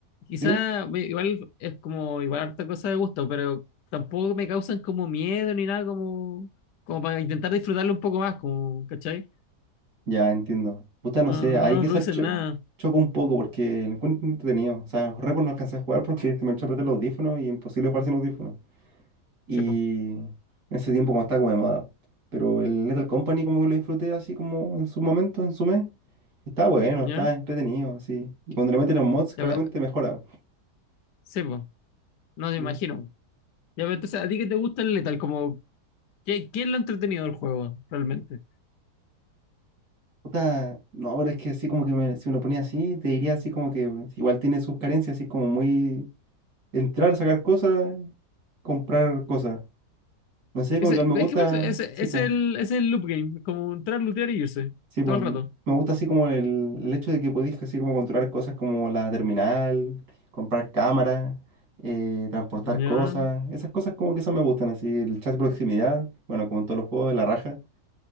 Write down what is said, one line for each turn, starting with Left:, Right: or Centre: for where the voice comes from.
Left: quizá,
Right: Dime.
Left: me- igual es como, igual harta cosa de gusto, pero tampoco me causan como miedo ni nada, como, como para intentar disfrutarlo un poco más, como, ¿cachai?
Right: Ya, entiendo. Puta,
Left: No,
Right: no sé,
Left: no,
Right: ahí
Left: no
Right: quizás
Left: me producen
Right: cho-
Left: nada,
Right: choco un poco porque lo encuentro entretenido. O sea, Repo no alcancé a jugar porque se me echó a perder los audífonos y imposible jugar sin audífonos. Y
Left: sepo,
Right: en ese tiempo cuando estaba como de moda. Pero el Lethal Company como que lo disfruté así como en su momento, en su mes. Está bueno,
Left: ¿ya?
Right: está entretenido, así. Y cuando le meten los mods, claramente
Left: Ya, pero-
Right: mejora.
Left: sepo, no te
Right: Sí.
Left: imagino. Ya, pero entonces, ¿a ti qué te gusta el Lethal? Como, ¿qué, qué es lo entretenido del juego, realmente?
Right: Puta, no, pero es que así como que me- si me lo ponía así, te diría así como que pues, igual tiene sus carencias, así como muy entrar, sacar cosas, comprar cosas. No sé, como
Left: Ese,
Right: que igual me
Left: es
Right: gusta,
Left: que por eso, ese,
Right: sí,
Left: es
Right: pues.
Left: el, ese es el loop game, es como entrar, lootear y irse,
Right: Sí, pues
Left: todo el
Right: me
Left: rato,
Right: gusta así como el, el hecho de que podéis así como controlar cosas como la terminal, comprar cámaras, eh, transportar
Left: ¿ya?
Right: cosas, esas cosas como que esas me gustan, así el chat de proximidad, bueno, como en todos los juegos de la raja,